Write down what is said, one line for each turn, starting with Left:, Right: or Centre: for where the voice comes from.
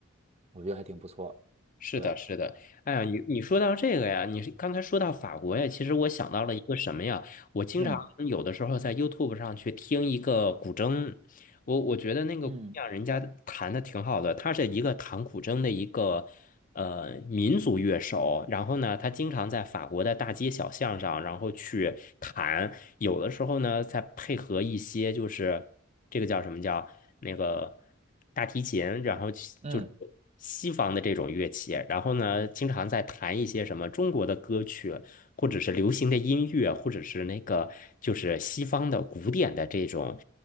Right: 我觉得还挺不错。
Left: 是的，
Right: 对。
Left: 是的。哎呀，你你说到这个呀，你是刚才说到法国呀，其实我想到了一个什么呀？我经常有的时候在
Right: 嗯
Left: YouTube 上去听一个古筝，我我觉得那个姑娘人家弹的挺好的，
Right: 嗯
Left: 她是一个弹古筝的一个。呃民族乐手，然后呢，他经常在法国的大街小巷上，然后去弹，有的时候呢，再配合一些就是这个叫什么叫那个大提琴，然后就是
Right: 嗯
Left: 西方的这种乐器，然后呢，经常在弹一些什么中国的歌曲，或者是流行的音乐，或者是那个就是西方的古典的这种。